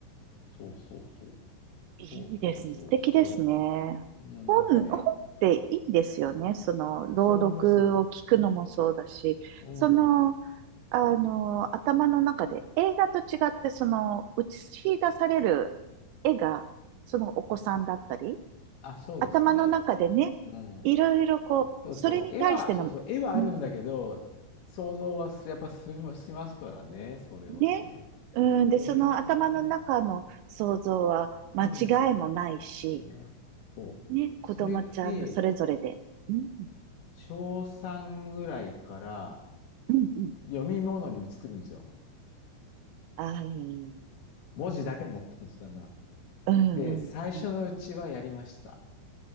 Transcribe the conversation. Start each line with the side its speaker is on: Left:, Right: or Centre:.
Left: そうそうそう。
Right: いいですね。
Left: そうそうそうそ
Right: 素敵ですね。
Left: う。うん、
Right: 本、
Left: なんかね、
Right: 本っていいですよね。その、朗読を聞くのもそうだし、
Left: そう思います。うん。
Right: その、あの、頭の中で映画と違って、その、映し出される絵が、そのお子さんだったり、
Left: あ、そうですね。
Right: 頭の中でね、
Left: うん。
Right: いろいろこう、
Left: そうそう。
Right: それに対しての、
Left: 絵は、そうそう。絵はあるんだけど、
Right: うん
Left: 想像はすやっぱしましますからね。それはね。
Right: ね、うん、で、
Left: へえ。
Right: その頭の中の想像は間違いもないし、
Left: うん。ね。そう。
Right: ね、子供ちゃんのそれぞれで。
Left: それって、
Right: うん、
Left: 小3ぐらいから
Right: うん、うん。
Left: 読み物に移っていくんですよ。
Right: ああ、うん、
Left: 文字だけになっていくんですよ、だんだん。
Right: うん、
Left: で、最初のうちはやりました。
Right: うん。